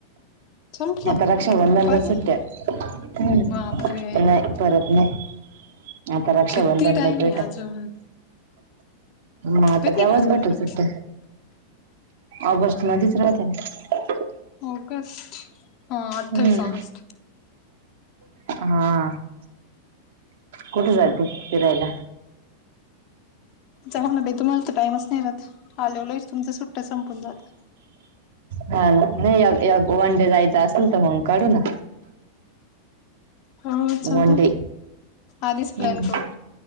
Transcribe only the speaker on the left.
संपल्या
पर
बापरे
किती
टाइम
आहे अजून
कधी
रक्षाबंधन
ऑगस्ट हा अठ्ठावीस
ऑगस्ट.
जाऊदे ना बाई तुमला तय टाइमच नाही रात आलवलोच तुमच सुट्ट संपून जात.
हा चाला
आधीच प्लॅन
करू.